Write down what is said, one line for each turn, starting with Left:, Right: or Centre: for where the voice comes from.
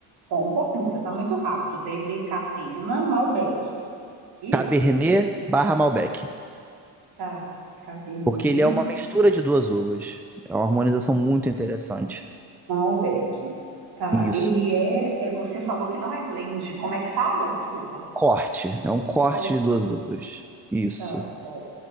Right: Ó, um pouquinho, você tá muito rápido. DV Catena, Malbec. Isso?
Centre: Cabernet barra Malbec,
Right: Tá. Cabernet,
Centre: porque ele é uma mistura de duas uvas. É uma harmonização muito interessante.
Right: Malbec. Tá.
Centre: Isso.
Right: Ele é, é. Você falou que não é blend. Como é que fala? Desculpa.
Centre: Corte, é um corte
Right: Ó,
Centre: de duas uvas. Isso.
Right: tá ó.